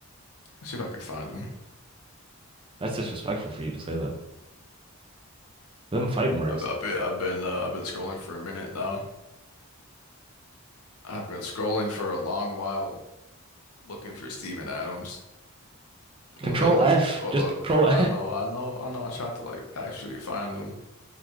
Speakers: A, on the left; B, on the right.
A: Let's see if I can find him.
B: That's disrespectful for you to say that. Them fighting
A: I've,
B: words.
A: I've been I've been uh, I've been scrolling for a minute now. I've been scrolling for a long while looking for Steven Adams.
B: Control
A: Although there's no,
B: F.
A: although
B: Just control F.
A: I know, I know, I know, I tried to like actually find him.